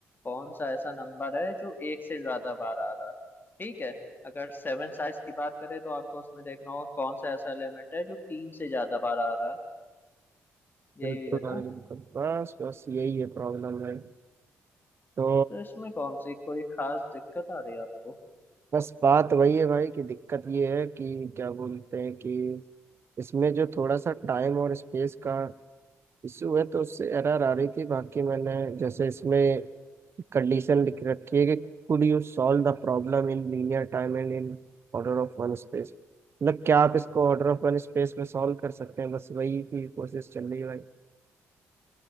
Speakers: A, on the left; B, on the right.
A: कौन सा ऐसा नंबर है जो एक से ज्यादा बार आ रहा है ठीक है अगर सेवन साइज की बात करें तो आपको उसमें देखना होगा कौन सा ऐसा एलिमेंट है जो तीन से ज्यादा बार आ रहा है यही
B: बिल्कुल
A: है
B: भाई
A: ना
B: बिल्कुल बस बस यही है प्रॉब्लम भाई तो
A: तो इसमें कौन सी कोई खास दिक्कत आ रही है आपको
B: बस बात वही है भाई कि दिक्कत ये है कि क्या बोलते हैं कि इसमें जो थोड़ा सा टाइम और स्पेस का इशू है तो उससे एरर आ रही थी बाकी मैंने जैसे इसमें कंडीशन लिख रखी है कि could you solve the problem in linear time and in order of one space मतलब क्या आप इसको ऑर्डर ऑफ वन स्पेस में सॉल्व कर सकते हैं बस वही की कोशिश चल रही है भाई